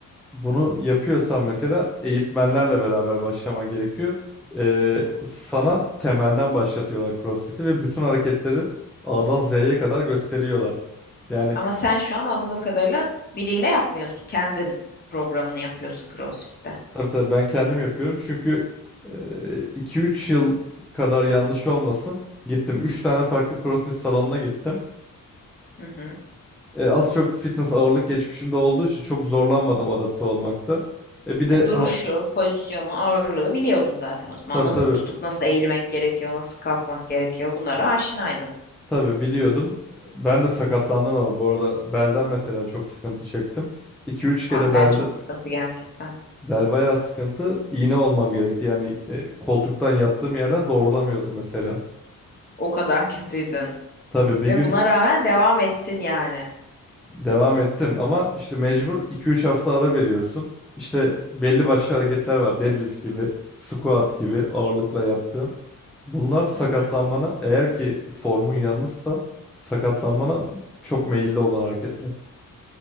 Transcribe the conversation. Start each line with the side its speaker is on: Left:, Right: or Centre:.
Centre: Bunu yapıyorsan mesela eğitmenlerle beraber başlaman gerekiyor. Ee, sana temelden başlatıyorlar CrossFit'i ve bütün hareketleri A'dan Z'ye kadar gösteriyorlar. Yani
Left: Ama sen şu an anladığım kadarıyla biriyle yapmıyorsun. Kendin programını yapıyorsun CrossFit'te.
Centre: tabii tabii ben kendim yapıyorum çünkü 2-3 yıl kadar yanlış olmasın gittim 3 tane farklı CrossFit salonuna gittim.
Left: Hı hı.
Centre: E, az çok fitness ağırlık geçmişimde olduğu için çok zorlanmadım adapte olmakta. E, bir de
Left: E, duruşu,
Centre: ha,
Left: pozisyonu, ağırlığı biliyordun zaten o zaman.
Centre: tabii
Left: Nasıl
Centre: tabii
Left: tutup nasıl eğilmek gerekiyor, nasıl kalkmak gerekiyor bunlara aşinaydın.
Centre: Tabii biliyordum. Ben de sakatlandım ama bu arada belden mesela çok sıkıntı çektim. 2 üç kere
Left: Aa,
Centre: belde,
Left: bel çok sıkıntı gerçekten.
Centre: bel bayağı sıkıntı. iğne olmam gerekti. Yani e, koltuktan yattığım yerden doğrulamıyordum mesela.
Left: O kadar kötüydün.
Centre: Tabii bir
Left: Ve
Centre: gün
Left: buna rağmen devam ettin yani.
Centre: devam ettim ama işte mecbur iki üç hafta ara veriyorsun. İşte belli başlı hareketler var. Deadlift gibi, squat gibi ağırlıkla yaptığın. Bunlar sakatlanmana
Left: Hı hı.
Centre: eğer ki formun yanlışsa sakatlanmana çok meyilli olan hareketler.